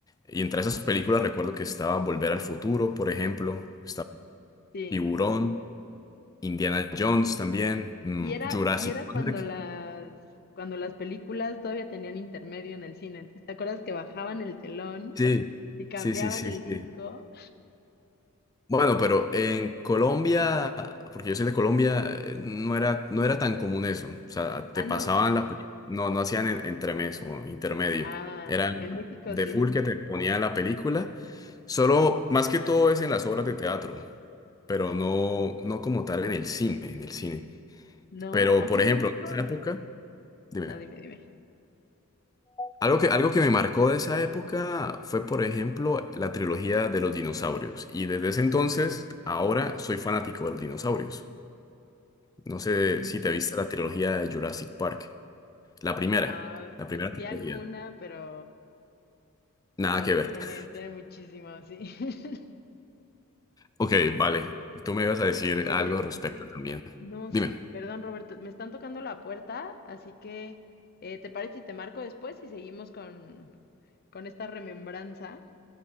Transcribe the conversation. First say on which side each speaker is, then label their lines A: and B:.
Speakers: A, on the left; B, on the left.
A: Y entre esas películas recuerdo que estaba Volver al Futuro, por ejemplo, estaba
B: Sí.
A: Tiburón, Indiana Jones también, mm,
B: Y era,
A: Jurassic
B: y era cuando
A: Park.
B: las, cuando las películas todavía tenían intermedio en el cine. Entonces, ¿te acuerdas que bajaban el telón
A: Sí,
B: y cambiaban
A: sí, sí, sí,
B: el
A: sí.
B: disco?
A: Bueno, pero en Colombia, porque yo soy de Colombia, eh, no era, no era tan común eso. O sea, te
B: Ah,
A: pasaban
B: ¿no?
A: la película, no, no hacían en- entremés o intermedio.
B: Ah,
A: Era
B: en México
A: de
B: sí.
A: full que te ponían la película. Solo, más que todo es en las obras de teatro, pero no, no como tal en el cine, en el cine.
B: No,
A: Pero,
B: aquí
A: por
B: en
A: ejemplo,
B: México,
A: en esa época, dime,
B: no, dime, dime.
A: algo que, algo que me marcó de esa época fue, por ejemplo, la trilogía de los dinosaurios. Y desde ese entonces, ahora soy fanático de los dinosaurios. No sé
B: Ujú.
A: si te viste la trilogía de Jurassic Park. La primera,
B: No,
A: la
B: vi,
A: primera trilogía.
B: vi alguna, pero,
A: Nada que
B: uy,
A: ver.
B: tiene,
A: <laughs>
B: tiene muchísimo, sí. <laughs>
A: Ok, vale. Tú me ibas a decir
B: Oye,
A: algo al respecto también.
B: no,
A: Dime.
B: sí, perdón, Roberto, me están tocando la puerta, así que, eh, ¿te parece si te marco después y seguimos con, con esta remembranza?